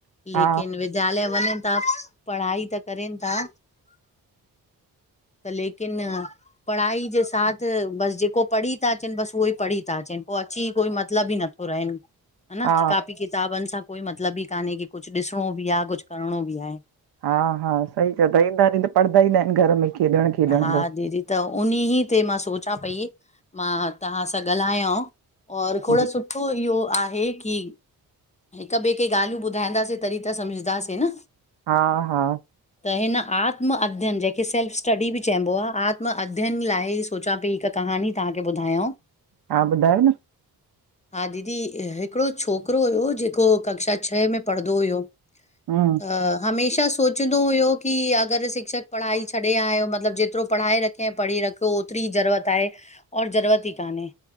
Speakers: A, on the left; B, on the right.
A: पर
B: हा
A: विद्यालय वञनि था पढ़ाई त करिन था त लेकिन पढ़ाई जे साथ बस जेको पढ़ी था अचिन बस उहोई पढ़ी था अचिन पो अची कोई मतिलबु ई नथो रहिन ह न
B: हा
A: कापी किताबनि सां कोई मतिलबु ई कान्हे की कुझु ॾिसणो बि आहे कुझु करिणो बि आहे
B: हा हा सही चंईंदा आहिनि त पढ़ंदा ई ना आहिनि घर में खेॾण खेॾण
A: हा
B: बसि
A: दीदी त उनही ते मां सोच पई मां तव्हां सां ॻाल्हायांव और खोड
B: जी
A: सुठो इहो आहे की हिक ॿिए खे ॻाल्हियूं ॿुधाईंदासीं तॾहिं त सम्झंदासीं न
B: हा हा
A: त हिन आत्म अध्ययन जेकखे सेल्फ स्टडी बि चइबो आहे आत्म अध्ययन लाइ सोचां पई हिकु क। हाणी तव्हांखे ॿुधायो।
B: हा ॿुधायो न?
A: हा दीदी हिकिड़ो छोकिरो हुयो जेको कक्षा छह में पढ़ंदो हुयो।
B: हम्म
A: त हमेशा। सोचंदो हुयो की अगरि शिक्षक पढ़ाई छॾे आयो मतलबु जेतिरो पढ़ाए रखे ऐं पढ़ी रखियो। ओतिरी ज़रूरत आहे और ज़रूरत ई कान्हे